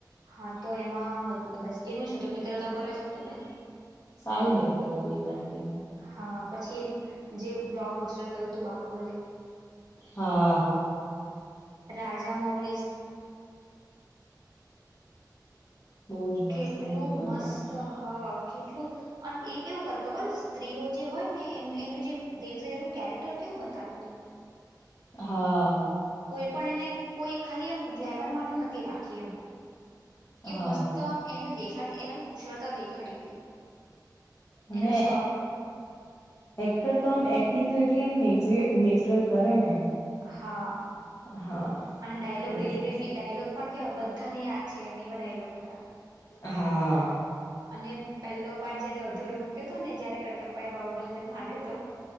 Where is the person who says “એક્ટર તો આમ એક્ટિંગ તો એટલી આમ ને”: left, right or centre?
Left